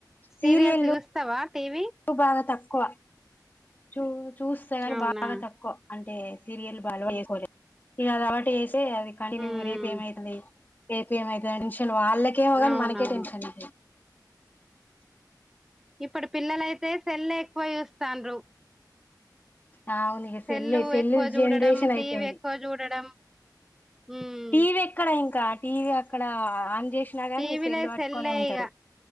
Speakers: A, in the centre; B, on the left.
A: సీరియల్స్
B: సీరియల్
A: చూస్తావా టీవీ
B: బాగా తక్కువ చూ చూస్తాగని
A: అవునా
B: బాగా తక్కువ అంటే సీరియల్ బాలు రోల్ చేసుకోలే ఇక అదిబట్టి వేస్తే అది కంటిన్యూ
A: ఉమ్
B: రేపు ఏమయితది ఏపీఎం అయితది టెన్షన్ వాళ్ళకే ఏమోగాని
A: అవునవును
B: మనకే టెన్షన్ అయితది
A: ఇప్పటి పిల్లలయితే సెల్ ఎక్కువ చూస్తాండ్రు
B: ఆ అవును ఇగ
A: సెల్లు
B: సెల్ సెల్
A: ఎక్కువ చూడడం
B: జనరేషన్ అయిపోయింది
A: టీవీ ఎక్కువ చూడడం ఉమ్
B: టీవీ ఎక్కడ ఇంకా టీవీ అక్కడ ఆంజెస్ వచ్చినా గాని
A: టీవీనే
B: సెల్లు పట్టుకొనే
A: సెల్లే
B: ఉంటారు
A: ఇగ